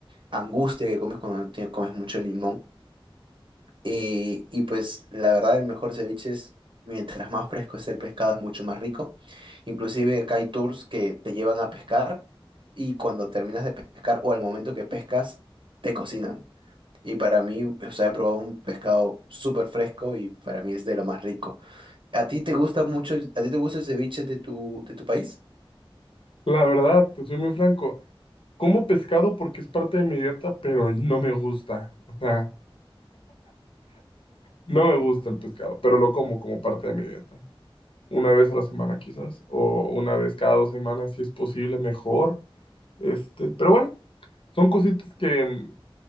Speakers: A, on the right; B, on the left.
A: angustia que comes cuando te- comes mucho limón. Y, y pues la verdad el mejor ceviche es, mientras más fresco es el pescado, es mucho más rico. Inclusive acá hay tours que te llevan a pescar y cuando terminas de pescar o al momento que pescas, te cocinan. Y para mí, o sea, he probado un pescado súper fresco y para mí es de lo más rico. ¿A ti te gusta mucho, a ti te gusta el ceviche de tu, de tu país?
B: La verdad, te soy muy franco. Como pescado porque es parte de mi dieta, pero no me gusta. O sea, no me gusta el pescado, pero lo como como parte de mi dieta. Una vez a la semana quizás, o una vez cada dos semanas si es posible, mejor. Este, pero bueno, son cositas que mm,